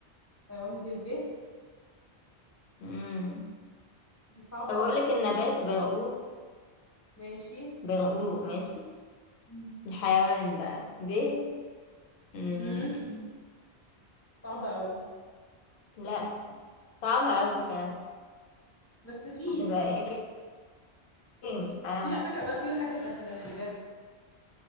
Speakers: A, on the left; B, on the left.
A: حيوان بالباء
B: مم.
A: دي صعبة
B: طب أقول
A: أوي
B: لك النبات برقوق
A: ماشي
B: برقوق ماشي
A: مم.
B: الحيوان بقى ب مم.
A: مم. صعبة أوي
B: لا صعبة أوي فعلا
A: بس فيه
B: هتبقى ايه مش عارفة
A: في على فكرة بقى في حاجة سهلة بجد